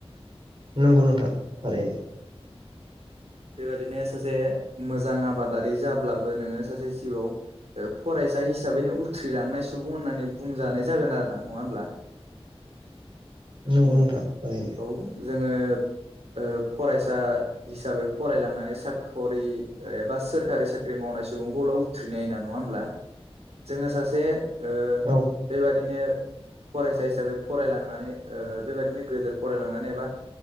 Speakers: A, on the right (about 50°); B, on the right (about 80°).
A: नंगौ नोंथां थारैनो <inaudible>
B: बेबायदिनो सासे मोजां आबादारि जाब्लाबो नोङो सासे जिउआव फरायसा हिसाबैनो उथ्रिलांनाय सुबुं होननानै बुंजानाय जागोन आरो ना नङा होमब्ला
A: नंगौ
B: औ
A: नोंथां थारैनो
B: औ जोङो ओ फरायसा हिसाबै फरायलांनानै साखरि एबा सोरखारि साख्रि माव नाय सुबुंखौल' उथ्रिनाय होना नङा होमब्ला जोङो सासे ओ
A: औ
B: बेबादिनो फरायसा हिसाबै फरायलांनानै ओ बेबायदिनो गदेर फरायलांनानै एबा